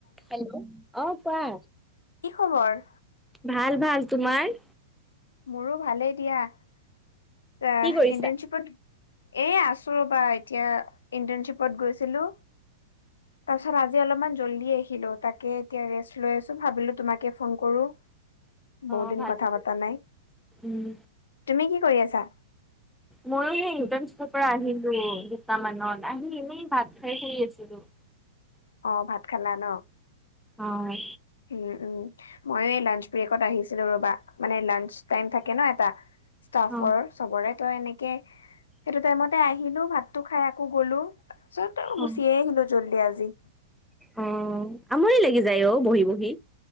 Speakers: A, in the centre; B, on the left.
A: Hello অ কোৱা?
B: কি খবৰ?
A: ভাল ভাল। তোমাৰ?
B: মোৰো ভালেই দিয়া। ইণ্টাৰ্ণশ্বিপত
A: কি কৰিছা
B: এ আছো ৰ'বা, এতিয়া ইন্টাৰ্ণশ্বিপত গৈছিলোঁ। তাৰ পিছত আজি অলমান জলদি আহিলো তাকে এতিয়া ৰেষ্ট লৈ আছো ভাবিলো তোমাকে ফোন কৰোঁ।
A: অ
B: বহুত দিন
A: ভালেই
B: কথা পতা নাই।
A: উম।
B: তুমি কি কৰি আছা?
A: মইয়ো সেই ইন্টাৰ্ণশ্বিপত পৰা আহিলো, দুটামানত আহি এনেই ভাত খাই শুই আছিলো। <unintelligible>
B: অ', ভাত খালা ন?
A: অ',
B: উম, উম, ময়ো এই লাঞ্চ ব্ৰেকত আহিছিলো ৰ'বা, মানে লাঞ্চ টাইম থাকে ন এটা। ষ্টাফৰ
A: অ
B: চবৰে, তই এনেকে, সেইটো টাইমতে আহিলো ভাতটো খাই আ কৌ গলো, তাৰপিছত গুচিয়ে
A: অ
B: আহিলো জল্দি আজি।
A: অ আমনি লাগি যায় অ, বহি বহি।